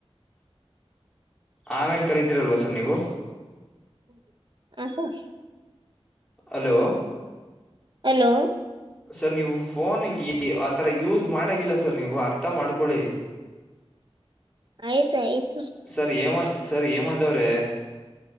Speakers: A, in the centre; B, on the right (about 45°).
A: ಆಮೇಲ್ ಕರಿತೀರಲ್ವಾ ಸರ್ ನೀವು.
B: <inaudible>
A: ಹಲೋ
B: ಹಲೋ
A: ಸರ್ ನೀವು ಫೋನ್ ಆ ಥರ ಯೂಸ್ ಮಾಡಾಗಿಲ್ಲ ಸರ್ ನೀವು ಅರ್ಥ ಮಾಡ್ಕೊಳ್ಳಿ.
B: ಆಯ್ತಾಯ್ತು.
A: ಸರ್ ಹೇಮತ್ ಸರ್ ಹೇಮಂತ್ ಅವ್ರೆ.